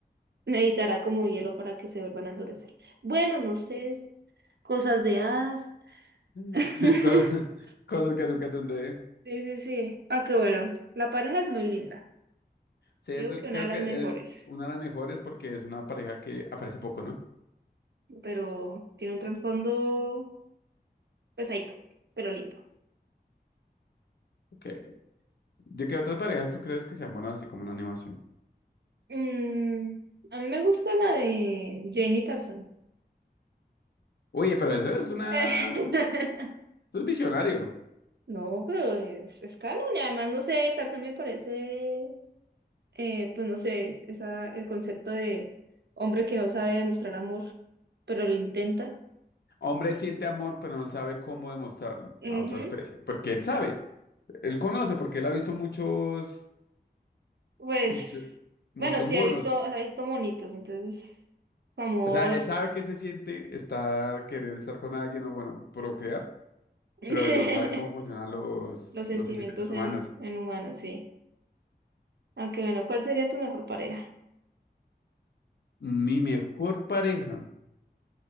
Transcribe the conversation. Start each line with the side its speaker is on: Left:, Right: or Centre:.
Right: necesitará como hielo para que se vuelvan a endurecer. Bueno, no sé. es Cosas de hadas.
Left: <laughs>
Right: <laughs>
Left: Co- Cosas que nunca entenderé.
Right: Sí, sí, sí. Aunque bueno, la pareja es muy linda.
Left: Sí,
Right: Digo
Left: eso
Right: que una
Left: creo
Right: de las
Left: que
Right: mejores.
Left: es una de las mejores porque es una pareja que aparece poco, ¿no?
Right: Pero tiene un trasfondo pesadito, pero lindo.
Left: Ok. Yo que otras parejas tú crees que sean buenas así como una animación.
Right: Mm, a mí me gusta la de Jane Tarzan
Left: Oye, pero eso es una...
Right: Tarzán. <laughs>
Left: Eso es visionario.
Right: No, pero es, es canon y además, no sé, Tarzan me parece, eh, pues no sé, esa, el concepto de hombre que no sabe demostrar amor, pero lo intenta.
Left: Hombre siente amor, pero no sabe cómo demostrarlo a
Right: Ujú.
Left: otra especie. Porque él sabe. Él conoce, porque él ha visto muchos...
Right: Pues,
Left: Muchos, muchos
Right: bueno, sí,
Left: monos.
Right: ha visto, ha visto monitos, entonces, amor,
Left: O sea, él sabe que se siente estar, querer estar con alguien o, bueno, procrear.
Right: <laughs>
Left: Pero él no sabe cómo funcionan los,
Right: los sentimientos
Left: los sentimientos
Right: en,
Left: humanos.
Right: en humanos, sí. Aunque bueno, ¿cuál sería tu mejor pareja?
Left: Mi mejor pareja.